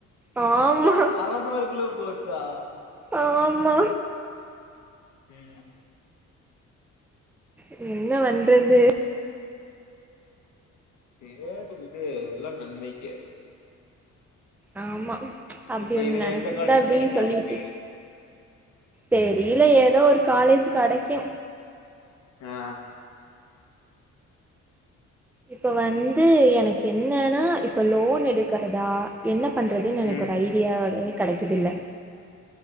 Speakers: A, in the centre; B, on the left.
A: ஆமா
B: பாய் அர மார்க்குல போச்சா
A: ஆமா
B: ம்
A: இது என்ன வண்றது
B: நோர்ந்து விட்ரு எல்லா நன்மைக்கே
A: ஆமா அப்டி
B: இப்ப
A: ஒன்
B: இதுல
A: நெனைச்சிருந்தா
B: எந்த காலேஜ்
A: ப்பீடி
B: கெடைக்கு
A: சொல்லிட்டு
B: ஒனக்கு
A: தெரியல ஏதோ ஒரு காலேஜ் கெடைக்கூ
B: அ ஆ
A: இப்ப வந்து எனக்கு என்னன்னா இப்ப லோன் எடுக்கிறதா என்ன பண்ணுறதுன்னு எனக்கு
B: ம்
A: ஒரு ஐடியாவே கிடைக்குதில்லை